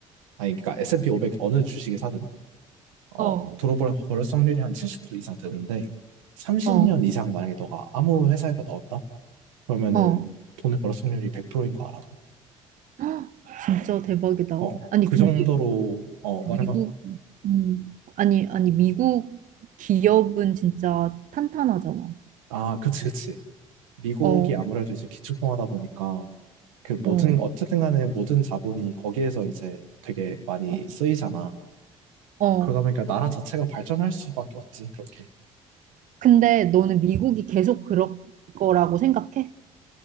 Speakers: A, on the right; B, on the right.
A: 아니, 그러니까 S&P 500 어느 주식을 사든, 어,
B: 어,
A: 들어볼 벌었을 확률이 한 70% 이상 되는데, 30년
B: 어,
A: 이상 만약에 너가 아무 회사에다 넣었다? 그러면은
B: 어.
A: 돈을 벌어 확률이 100%인 거 알아?
B: 헉, 진짜 대박이다.
A: 너? 어,
B: 아니,
A: 그
B: 근데
A: 정도로, 어, 말해봐.
B: 미국, 음, 아니, 아니, 미국 기업은 진짜 탄탄하잖아.
A: 아, 그치, 그치. 미국이
B: 어,
A: 아무래도 이제 기축통화다 보니까 그 모든,
B: 어,
A: 어쨌든 간에 모든 자본이 거기에서 이제 되게 많이
B: 어.
A: 쓰이잖아.
B: 어.
A: 그러다 보니까 나라 자체가 발전할 수밖에 없지, 그렇게.
B: 근데 너는 미국이 계속 그럴 거라고 생각해?